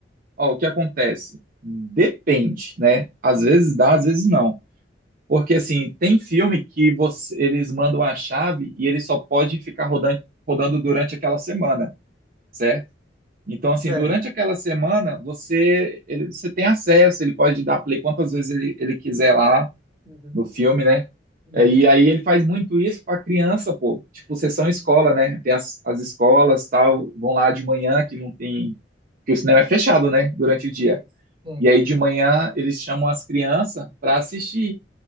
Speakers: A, on the right; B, on the right.
A: Ó, o que acontece? Depende, né? Às vezes dá, às vezes não. Porque assim, tem filme que você- eles mandam a chave e ele só pode ficar rodando, rodando durante aquela semana. certo? Então, assim,
B: Certo.
A: durante aquela semana, você, ele, você tem acesso, ele pode dar play quantas vezes ele, ele quiser lá
B: Uhum,
A: no filme, né?
B: uhum.
A: É, E aí ele faz muito isso para criança, pô. Tipo, sessão escola, né? Tem as, as escolas, tal, vão lá de manhã que não tem, que o cinema é fechado, né? Durante o dia.
B: Sim, sim.
A: E aí de manhã eles chamam as crianças para assistir,